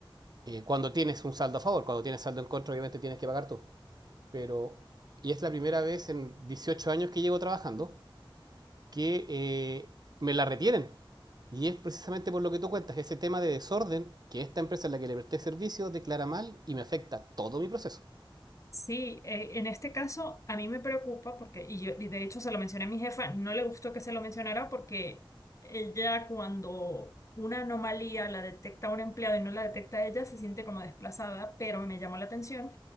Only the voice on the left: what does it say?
Sí, eh, en este caso a mí me preocupa porque, y yo y de hecho se lo mencioné a mi jefa, no le gustó que se lo mencionara porque ella cuando una anomalía la detecta un empleado y no la detecta ella, se siente como desplazada, pero me llamó la atención